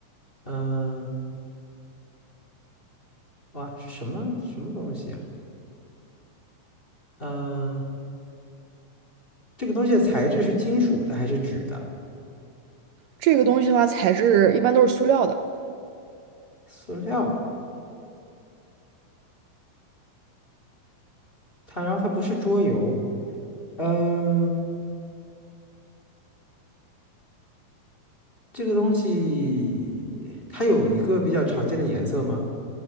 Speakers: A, on the left (about 15°); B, on the right (about 75°).
A: 嗯、哇，是什么什么东西啊？嗯、这个东西的材质是金属的还是纸的？
B: 这个东西的话，材质一般都是塑料的，
A: 塑料的。它，然后它不是桌游。嗯、这个东西它有一个比较常见的颜色吗？